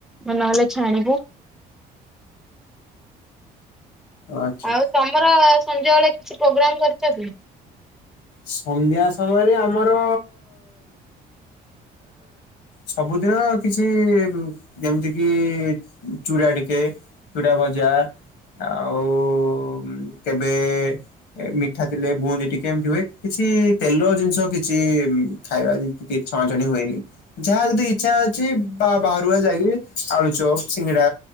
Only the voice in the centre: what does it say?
ନହେଲେ ଛାଣିବୁ
ଆଉ ତମର ସଞ୍ଜବେଳେ କିଛି ପ୍ରୋଗ୍ରାମ୍ କରିଛ କି